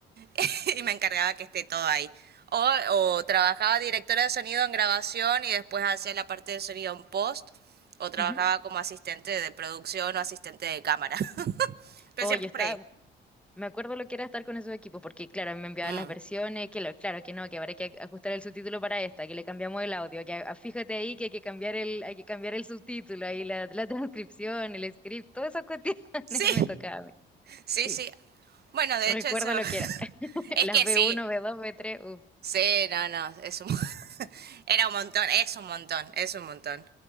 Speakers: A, on the right; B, in the centre.
A: <laughs> y me encargaba que esté todo ahí. O, o trabajaba directora de sonido en grabación y después hacía la parte de sonido en post. O trabajaba
B: Ujú.
A: como asistente de producción o asistente de cámara. <laughs> pero
B: Oye,
A: siempre
B: está,
A: por ahí.
B: me acuerdo lo que era estar con esos equipos, porque claro, me enviaban
A: Mm.
B: las versiones, que lo- claro que no, que habrá que ajustar el subtítulo para esta, que le cambiamos el audio, que ah, fíjate ahí que hay que cambiar el, hay que cambiar el subtítulo, ahí la, la <laughs> transcripción, el script, todas esas cuestiones <laughs>
A: Sí,
B: me tocaba a mí.
A: sí,
B: Sí,
A: sí. Bueno, de
B: recuerdo
A: hecho eso...
B: lo
A: <laughs>
B: que era. <laughs>
A: es
B: Las
A: que
B: b
A: sí,
B: uno, b dos, b tres. uff,
A: Sí, no, no, es un... <laughs> era un montón, es un montón, es un montón.